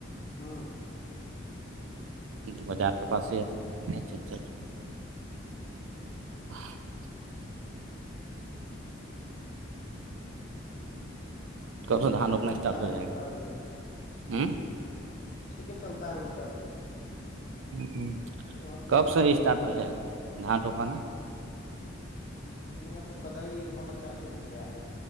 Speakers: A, on the left; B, on the right.
A: ہاں
B: جو بازار کے پاس ہیتا میں چل چل رہا ہوں <unintelligible> کب
A: ٹھیک
B: سو
A: ہے
B: دھان
A: ٹھاک
B: روپنا
A: چلتا
B: اسٹارٹ ہو
A: ہے
B: جائے
A: ان
B: گا
A: کا بھی
B: ہوں
A: ٹھیک ہے چلتا ہے ان کا بھی
B: ہ
A: وہاں دو
B: کب سے
A: گنا
B: اسٹارٹ
A: ہے
B: ہو جائے گا دھان روپانا
A: یہاں تو کد ہی ہونا چالو ہو گیا ہے